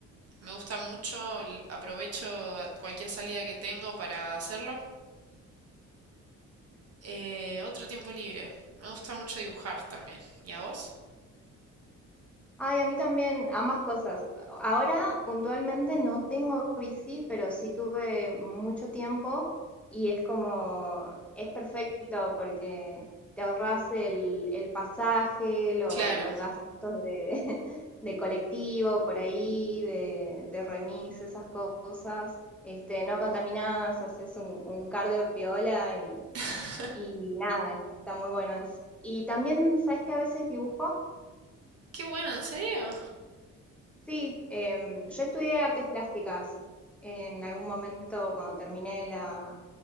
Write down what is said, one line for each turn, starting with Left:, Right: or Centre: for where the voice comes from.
Right: me gusta mucho, l- aprovecho a- cualquier salida que tengo para hacerlo. Eh, otro tiempo libre. Me gusta mucho dibujar también. ¿Y a vos?
Centre: Ay, a mí también, ambas cosas. Ahora puntualmente no tengo bici, pero sí tuve mucho tiempo y es como, es perfecto porque te ahorras el, el pasaje, lo-
Right: Claro.
Centre: los gastos de, <laughs> de colectivo por ahí, de, de remis, esas cosas. Este, no contaminás, haces un, un cardio piola y,
Right: <laughs>
Centre: Y nada, está muy bueno eso. Y también, ¿sabes que a veces dibujo?
Right: Qué bueno, ¿en serio?
Centre: Sí, em, yo estudié artes plásticas en algún momento cuando terminé la,